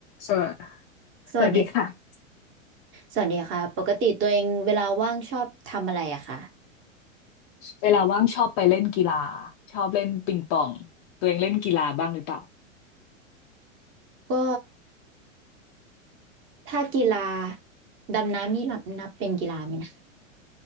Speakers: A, on the left (about 30°); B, on the right (about 30°).
A: สวส
B: สวัสดี
A: สวัสดีค่ะ
B: สวัสดีค่ะปกติตัวเองเวลาว่างชอบทำอะไรอะคะ
A: เวลาว่างชอบไปเล่นกีฬาชอบเล่นปิงปองตัวเองเล่นกีฬาบ้างหรือเปล่า
B: ก็ถ้ากีฬาดำน้ำนี่นับนับเป็นกีฬาไหมนะ